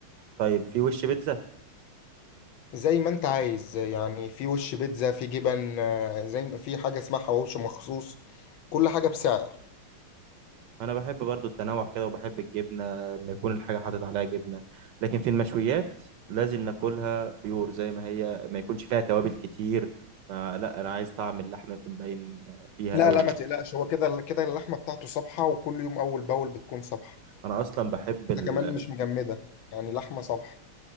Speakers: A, on the right (about 70°); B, on the left (about 75°).
A: طيب في وش بيتزا
B: زي ما انت عايز يعني في وش بيتزا في جبن آه، زي ما في حاجه اسمها حواوشي مخصوص كل حاجه بسعر
A: انا بحب برضو التنوع كده وبحب الجبنه لما يكون الحاجه حاطط عليها جبنه لكن في المشويات لازم ناكلها بيور زي ما هي ما يكونش فيها توابل كتير ما لا انا عايز طعم اللحمه يكون باين فيها
B: لا
A: قوي
B: لا ما تقلقش هو كده كده اللحمه بتاعته صبحه وكل يوم اول باول بتكون صبحه
A: انا اصلا بحب ال...
B: ده كمان مش مجمده يعني لحمه صبحه